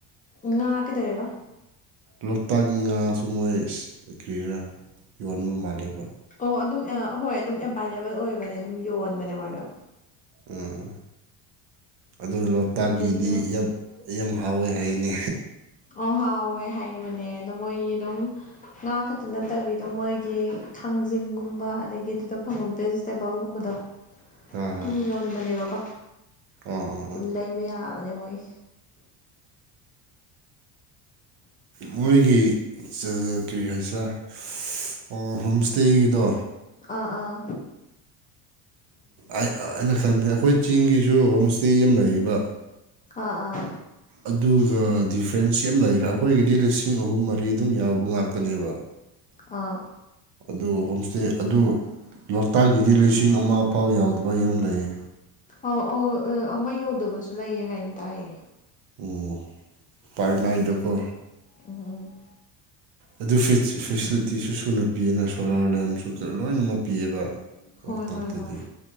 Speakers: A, on the left; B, on the right.
A: ꯉ ꯥ ꯀꯗꯧꯋꯦꯕ
B: ꯂꯣꯛꯇꯥꯛꯀꯤ ꯉꯥꯁꯨ ꯃꯣꯏ ꯀ꯭ꯔꯤꯔ ꯌꯣꯟꯕ ꯃꯥꯜꯂꯦꯕ
A: ꯑꯣ ꯑꯗꯨꯝ ꯑꯍꯣꯏ ꯑꯗꯨꯝ ꯑꯦꯕꯥꯏꯂꯦꯕꯜ ꯑꯣꯏꯕꯅꯦ ꯑꯗꯨꯝ ꯌꯣꯟꯕꯅꯦ ꯃꯣꯏꯗꯣ
B: ꯎꯝ ꯑꯗꯨ ꯂꯣꯛꯇꯥꯛꯀꯤꯗꯤ
A: ꯑꯗꯒꯤ ꯑꯗꯨꯝ
B: ꯌꯥꯝ ꯑꯩ ꯌꯥꯝ ꯍꯥꯎꯋꯦ ꯍꯥꯏꯌꯦꯅꯦ
A: ꯑꯣ ꯍꯥꯎꯋꯦ ꯍꯥꯏꯕꯅꯦ ꯑꯗꯣ ꯃꯣꯏꯒꯤ ꯑꯗꯨꯝ ꯉꯥ ꯈꯛꯇ ꯅꯠꯇꯕꯤꯗ ꯃꯣꯏꯒꯤ ꯊꯥꯡꯖꯤꯡꯒꯨꯝꯕ ꯑꯗꯥꯒꯤ ꯑꯗꯨꯗ ꯐꯪꯕ ꯚꯦꯖꯤꯇꯦꯕꯜꯒꯨꯝꯕꯗꯣ
B: ꯍꯣꯏ
A: ꯁꯨꯝ
B: ꯍꯣꯏ
A: ꯌꯣꯟꯕꯅꯦꯕꯀꯣ
B: ꯑꯣ ꯑꯣ
A: ꯑꯗꯨꯝ
B: ꯑꯣ
A: ꯂꯩꯕ ꯌꯥꯕꯅꯦ ꯃꯣꯏ
B: ꯃꯣꯏꯒꯤ ꯀꯔꯤ ꯍꯥꯏꯁꯔꯦ ꯑꯣ ꯍꯣꯝ ꯏꯁꯇꯦꯒꯤꯗꯣ
A: ꯑꯥ ꯑꯥ
B: ꯑꯩꯅ ꯈꯟꯖꯩ ꯑꯩꯈꯣꯏ ꯆꯤꯡꯒꯤꯁꯨ ꯍꯣꯝ ꯏꯁꯇꯦ ꯑꯃ ꯂꯩꯔꯤꯕ
A: ꯑꯥ ꯑꯥ
B: ꯑꯗꯨꯒ ꯗꯤꯐ꯭ꯔꯦꯟꯁꯁꯤ ꯌꯥꯝ ꯂꯩꯈ꯭ꯔꯥ ꯑꯩꯈꯣꯏꯒꯤꯗꯤ ꯂꯤꯁꯤꯡ ꯑꯍꯨꯝ ꯃꯔꯤ ꯑꯗꯨꯝ ꯌꯥꯎꯕ ꯉꯥꯛꯇꯅꯦꯕ
A: ꯑꯥ
B: ꯑꯗꯨ ꯍꯣꯝ ꯏꯁꯇꯦ ꯑꯗꯨ ꯂꯣꯛꯇꯥꯛꯀꯤꯗꯤ ꯂꯤꯁꯤꯡ ꯑꯃ ꯐꯥꯎ ꯌꯥꯎꯗꯕ ꯌꯥꯝ ꯂꯩꯌꯦ
A: ꯑꯧ ꯑꯧ ꯑꯃ ꯌꯧꯗꯕꯁꯨ ꯂꯩꯌꯦ ꯍꯥꯏꯅ ꯇꯥꯏꯑꯌꯦ
B: ꯑꯣ ꯄꯔꯅꯥꯏꯗꯀꯣ
A: ꯎꯝ ꯎꯝ
B: ꯑꯗꯨ ꯐꯦꯁ ꯐꯦꯁꯤꯂꯤꯇꯤꯁꯨ ꯁꯨꯅ ꯄꯤꯌꯦꯅ ꯁꯣꯂꯥꯔ ꯂꯦꯝꯁꯨ ꯂꯣꯏꯅꯃꯛ ꯄꯤꯌꯦꯕ ꯂꯣꯛꯇꯥꯛꯇꯗꯤ
A: ꯍꯣꯏ ꯍꯣꯏ ꯍꯣꯏ